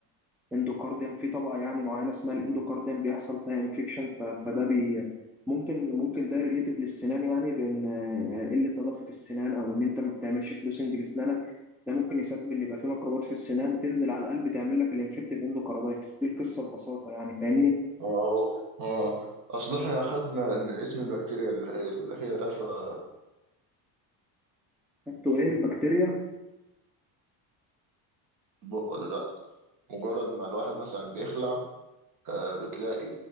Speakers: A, in the centre; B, on the right (about 50°).
A: اندوكارديوم في طبقة يعني معينة اسمها الاندوكارديوم بيحصل فيها انفكشن فده بي ممكن ممكن ده ريليتد للسنان يعني بإن آه، قلة نظافة السنان أو إن أنت ما بتعملش فلوسنج لسنانك ده ممكن يسبب إن يبقى في ميكروبات في السنان تنزل على القلب تعمل لك الانفكتيف اندوكاردايتس دي القصة ببساطة يعني فاهمني؟
B: هو هو اه اصل احنا اخدنا ان اسم البكتيريا اللي هي اللي هي الالفا
A: انتوا ايه البكتيريا
B: بق ولا لا مجرد ما الواحد مثلا بيخلع آه بتلاقي